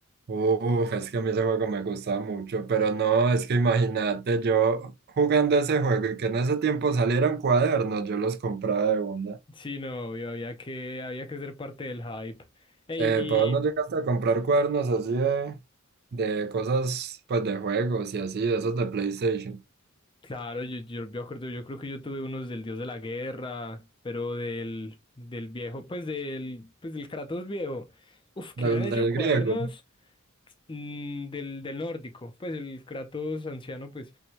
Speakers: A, on the right; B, on the left.
A: Uf, es que a mí ese juego me gustaba mucho, pero no, es que imagínate yo jugando ese juego y que en ese tiempo salieran cuadernos, yo los compraba de una.
B: Sí, no, obvio, había que, había que ser parte del hype. Ey,
A: Eh, pues vos no llegaste a comprar cuernos así de, de cosas, pues de juegos y así, de esos de PlayStation,
B: Claro, yo, yo me acuerdo, yo creo que yo tuve unos del dios de la guerra, pero del, del viejo, pues del, pues del Kratos viejo. Uf, que
A: del,
B: hubieran
A: del
B: hecho cuadernos
A: griego.
B: mm, del, del nórdico, pues el Kratos anciano, pues,